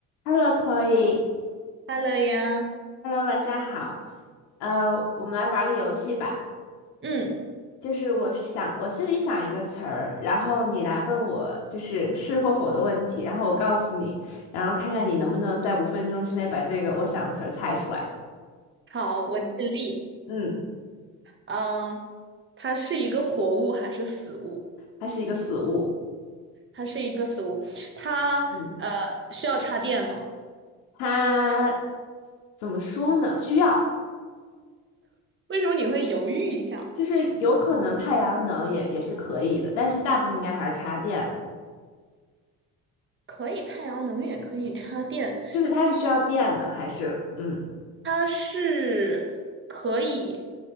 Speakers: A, on the left; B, on the right.
A: Hello, Chloe，Hello，
B: 哈喽呀，
A: 晚上好。呃，我们来玩个游戏吧。
B: 嗯，
A: 就是我想，我心里想一个词儿，然后你来问我，就是是或否的问题，然后我告诉你，然后看看你能不能在五分钟之内把这个我想的词儿猜出来。
B: 好，我尽力。
A: 嗯，
B: 嗯，它是一个活物还是死物？
A: 它是一个死物。
B: 它是一个死物。它呃需要插电吗？
A: 嗯，它怎么说呢？需要，
B: 为什么你会犹豫一下？
A: 就是有可能太阳能也也是可以的，但是大部分应该还是插电的
B: 可以太阳能也可以插电，
A: 就是它是需要电的，还是嗯
B: 它是可以